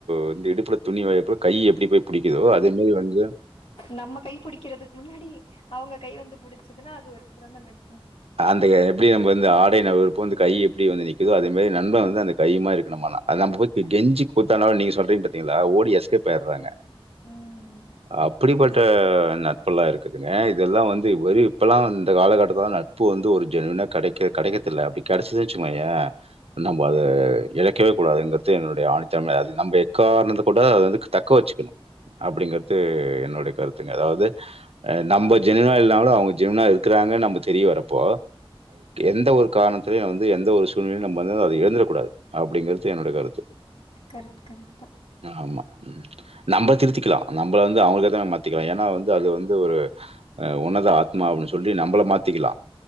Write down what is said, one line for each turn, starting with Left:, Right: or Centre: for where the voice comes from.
Right: வந்து இடுப்புல துணி விழகுறப கை எப்படி போய் பிடிக்குதோ, அதேமாரி வந்து
Left: நம்ம கைப்புடிக்கிறதுக்கு முன்னாடி அவுங்க கை வந்து புடுச்சதுன்னா அது ஒரு சிறந்த நட்பு
Right: ஆந்தய எப்டி நம்ம வந்து ஆ நவுர்ரப்ப அந்த கை எப்டி வந்து நிக்குதோ அதே மாரி நண்பே வந்து அந்த கை மாரி நம்ப நா
Left: ஆ
Right: அது நம் போய்
Left: கரெக்ட்
Right: கெஞ்சி கூத்தான்னாகூட நீங்க சொல்ற ங்களா ஓடி எஸ்கப் ஆயிடுறாங்க
Left: ம்
Right: அப்படிப்பட் நட்பெல்லா இருக்குதுங்க இதெல்லா வந்து இப்ப வெறு இப்பல்லா வந் காலகட்டதுல ந இப்ப வந்து ஒரு ஜெனீனா கெடைக்க கிடைக்றதல்ல அப்டி கெடச்சுச்சுச்சுனா வச்சுங்கோயே நம்ம அது இழக்கவே கூடாதுங்கிறது என்னோட ஆணித்தன்மை அ நம்ம எக்காரணத்த கூட அத வந்து தக்க வச்சுக்கணு அப்டிங்கறது என்னோட கருத்துங்க அதாவது நம்ம ஜெனீனா இல்லாமாலு அவங்க ஜெனீனா இருக்றாங்கனு நம்ம தெரிய வரப்போ இப்போ எந்த ஒரு காரணத்துலையு வந்து எந்த ஒரு சூழ்நிலையு நம்ம வந்து அத எழந்துறக் கூடாது அப்டிங்கிறது என்னோடய கருத்து
Left: கரெக்ட் கரெக்டா
Right: ஆமா நம்ம திருத்திக்கலா நம்ம வந்து அவங்களுக்காக மாத்திக்கிறோ ஏன்னா வந்து அது வந்து ஒரு உன்னத ஆத்மா அப்டின்னு சொல்லி நம்பள மாத்திக்கலா